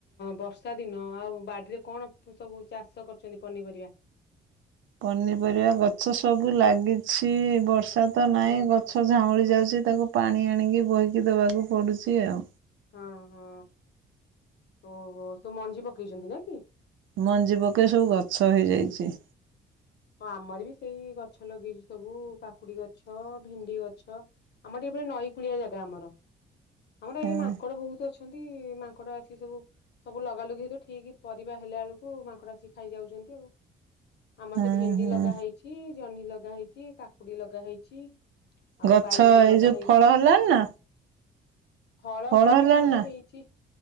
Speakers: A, on the left; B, on the right.
A: ବର୍ଷା ଦିନ ଆଉ ବାଡିରେ କଣ ସବୁ ଚାଷ କରୁଛନ୍ତି ପନିପରିବା?
B: ପନିପରିବା ଗଛ ସବୁ ଲାଗିଛି ବର୍ଷା ତ ନାଇଁ
A: ହଁ
B: ଗଛ ଝାଉଁଳି ଯାଉଛି ତାକୁ ପାଣି ଆଣିକି ବୋହିକି ଦବାକୁ ପଡୁଛି ଆଉ।
A: ହଁ ହଁ ଓହୋ ସବୁ ମଞ୍ଜି ପକେଇଛନ୍ତି ନା କି?
B: ମଞ୍ଜି ପକେଇ ସବୁ ଗଛ ହେଇଯାଇଛି।
A: ହଁ ଆମର ବି ସେଇ ଗଛ ଲଗେଇଛି ସବୁ କାକୁଡି ଗଛ ଭେଣ୍ଡି ଗଛ ଆମର ଟିକେ ଏପଟେ ନଈ କୂଳିଆ ଜାଗା ଆମର ଆମର
B: ହୁଁ
A: ଏଇ ମାଙ୍କଡ ବହୁତ ଅଛି। ଅଛନ୍ତି ମାଙ୍କଡ ଆସି ସବୁ ସବୁ ଲଗାଲଗି ହେତୁ ଠିକ୍ ପରିବା ହେଲା ବେଳକୁ ମାଙ୍କଡ ଆସିକି ଖାଇଯାଉଛନ୍ତି ଆଉ। ଆମର
B: ହୁଁ
A: ସେ ଭେଣ୍ଡି
B: ହୁଁ
A: ଲଗା ହେଇଛି ଜହ୍ନି ଲଗା ହେଇଛି କାକୁଡି ଲଗା ହେଇଛି। ଆଉ
B: ଗଛ
A: ବାଇଗଣ
B: ଏଇ
A: ଲଗା
B: ଯୋଉ
A: ହେଇଛି।
B: ଫଳ ହେଲାଣି ନା
A: ହଳ
B: ଫଳ
A: ଖାଲି
B: ହେଲାଣି
A: ଆମର
B: ନା
A: ହେଇଛି।